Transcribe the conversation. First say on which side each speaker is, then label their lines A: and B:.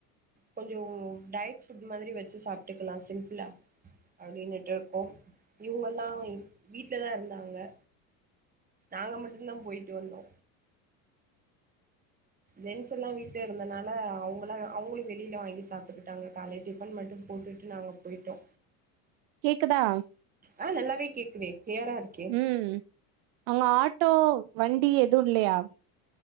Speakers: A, on the right (about 20°); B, on the right (about 55°).
A: கொஞ்சொ டயட் ஃபுட் மாதிரி வெச்சு சாப்டுக்கலா சிம்பிளா அப்படின்னுட்டு இருக்கோ இவங்க எல்லா வீட்லதா இருந்தாங்க நாங்க மட்டுந்தா போயிட்டு வந்தோ ஜென்ஸ் எல்லா வீட்ல இருந்தனால அவங்களா அவங்களு வெளியில வாங்கி சாப்டுக்கிட்டாங்க காலை டிஃபன் மட்டு போட்டுட்டு நாங்க போய்ட்டோ
B: கேக்குதா
A: ஆ நல்லாவே கேக்குதே கிளியரா இருக்கே
B: ம் அங்க ஆட் ட்டோ வண்டி எதுவு இல்லையா